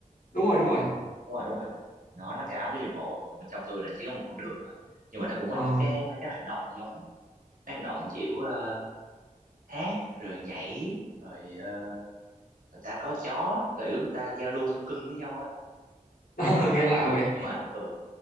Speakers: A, on the left; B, on the right.
A: đúng rồi, đúng rồi.
B: đúng rồi đúng rồi nó nó cả một cái vòng hồ còn bên trong tôi là chỉ có một con đường thôi nhưng mà nó cũng có
A: Ờ,
B: những cái mấy cái hoạt động giống mấy hoạt động kiểu ờ, hát rồi nhảy rồi ờ, người ta có chó kiểu người ta giao lưu thú cưng với nhau á
A: <laughs>
B: đấy ngoài
A: nghe lạ
B: ấy. rồi
A: vậy.
B: nhưng mà thường